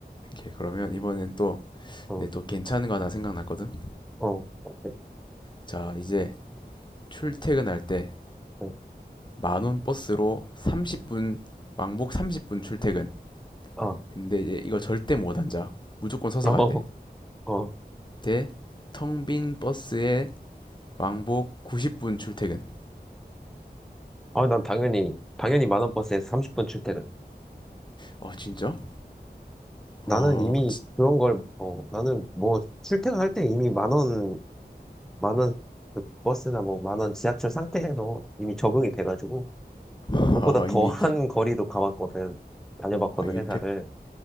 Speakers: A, on the left; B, in the centre.
A: 오케이, 그러면 이번엔 또,
B: 어,
A: 내 또 괜찮은 거 하나 생각났거든?
B: 어, 어, 네,
A: 자, 이제 출퇴근할 때
B: 어,
A: 만원 버스로 30분, 왕복 30분 출퇴근.
B: 어,
A: 근데 이제 이거 절대 못 앉아. 무조건 서서
B: <laughs>
A: 가야 돼.
B: 어, 어.
A: 대, 텅빈 버스에 왕복 90분 출퇴근.
B: 아, 난 당연히, 당연히 만원 버스에서 30분 출퇴근.
A: 어, 진짜?
B: 나는
A: 어,
B: 이미
A: <laughs> 진짜.
B: 그런 걸, 어, 나는 뭐, 출퇴근할 때 이미 만 원, 만원 그 버스나 뭐, 만 원 지하철 상태에서 이미 적응이 돼가지고,
A: 아,
B: 그것보다 더한
A: 이미,
B: 거리도 가봤거든. 다녀봤거든,
A: 아, 이미
B: 회사를.
A: 배-